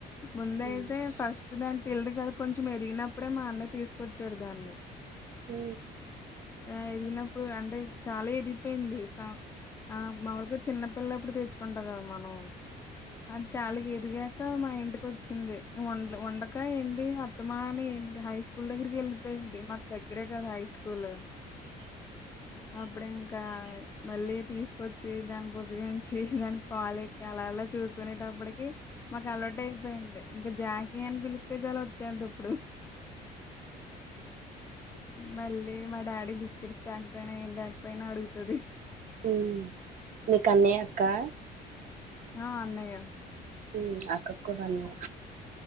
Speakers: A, on the left; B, on the right.
A: ముందయితే
B: నీకు
A: ఫస్ట్ దానికి తెలిదు కదా కొంచెం ఎదిగినప్పుడే మా అన్నయ్య తీసుకొచ్చాడు దాన్ని
B: ఊ
A: ఆ ఎదిగినప్పుడు అంటే చాలా ఎదిగిపోయింది ఆ మావర్క చిన్నపిల్లప్పుడు తెచ్చుకుంటరో కదా మనం అది చాలా ఇదిగా మా ఇంటికి వచ్చింది వండక ఏంటి అత్తమా అని ఏంటి హై స్కూల్ దగ్గరికి వెళ్ళిపోయింది మాకు దగ్గరే కదా హై స్కూల్ అప్పుడు ఇంకా మళ్ళీ తీసుకొచ్చి దాని బుజ్జగించి దానికి పాలిట్ అలాలా చూసుకునేటప్పటికి మాకు అలవాట్ అయిపోయింది ఇంకా జాకి అని పిలిత్తే చాలా వచ్చేది అప్పుడు మళ్ళీ మా డాడీ బస్ కిడిస్ తాకపోయినా ఏం తాకపోయినా అడుగుతది
B: ఉమ్ నీకన్నయ్య అక్క
A: ఆ అన్నయ్య
B: ఉ అక్క కూడా అన్నయ